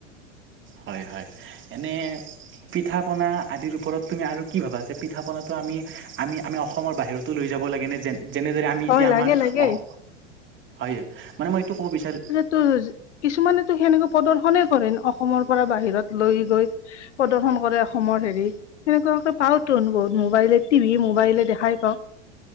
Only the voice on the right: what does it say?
হয় হয়, এনে পিঠা পনা আদিৰ ওপৰত তুমি আৰু কি ভাবা? যে পিঠা পনাটো আমি, আমি আমি অসমৰ বাহিৰত টো লৈ যাব লাগেনে? যে যেনেদৰে আমি
এতিয়া আমাৰ
অহ হয়। মানে মই এইটো ক'ব বিচাৰো